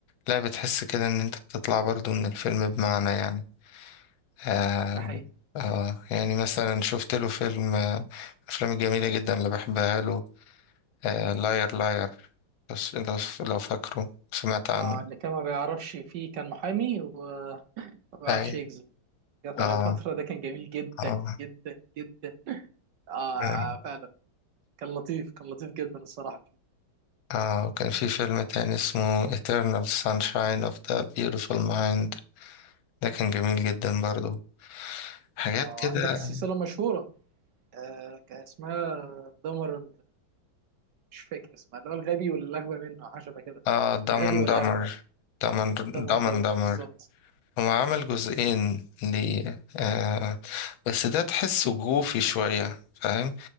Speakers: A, on the left (about 75°); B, on the right (about 65°).
A: لا بتحس كده ان انت بتطلع برضه من الفيلم بمعنى يعني آه
B: ده حقيقي
A: آه يعني مثلا شفت له فيلم آه، افلام جميلة جدا اللي بحبها له آه لاير لاير بس لو لو فاكره سمعت عنه
B: آه، اللي كان ما بيعرفش فيه كان محامي وما بيعرفش
A: اي
B: يكذب قطع
A: اه
B: لي فترة ده كان جميل جدا
A: اه
B: جدا جدا آه
A: أم.
B: آه، فعلا كان لطيف كان لطيف جدا الصراحة
A: اه وكان في فيلم تاني اسمه Eternal Sunshine of the Beautiful Mind ده كان جميل جدا برضو حاجات
B: آه
A: كده
B: عندك السلسلة مشهورة آه كان اسمها دمر مش فاكر اسمها اللي هو الغبي والأغبى منه أو حاجة شبه كده
A: اه دامن
B: الغبي والأغبى
A: دامر دامن
B: دمر
A: دامن
B: دمر
A: دامر
B: بالظبط
A: هو عمل جزئين ليه آه بس ده تحسه جوفي شوية فاهم